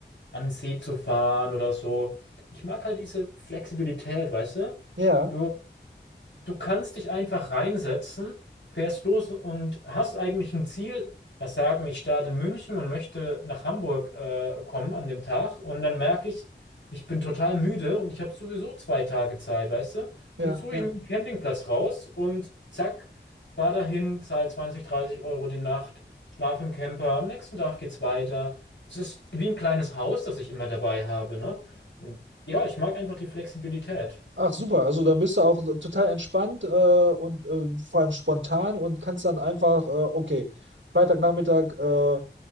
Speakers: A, on the left; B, on the right.
A: an den See zu fahren oder so. Ich mag halt diese Flexibilität, weißt du?
B: Ja,
A: Du, du kannst dich einfach reinsetzen, fährst los und hast eigentlich ein Ziel. Das sagen, ich starte in München und möchte nach Hamburg äh, kommen an dem Tag. Und dann merke ich, ich bin total müde und ich habe sowieso zwei Tage Zeit, weißt du?
B: ja,
A: Dann suche
B: ja.
A: ich mir einen Campingplatz raus und zack, fahr dahin, zahl 20 30 Euro die Nacht, schlaf im Camper. Am nächsten Tag geht's weiter. Es ist wie ein kleines Haus, das ich immer dabei habe, ne? Und ja, ich mag einfach die Flexibilität.
B: Ach super, also da bist du auch total entspannt äh, und äh, vor allem spontan und kannst dann einfach, äh, okay, Freitagnachmittag, äh,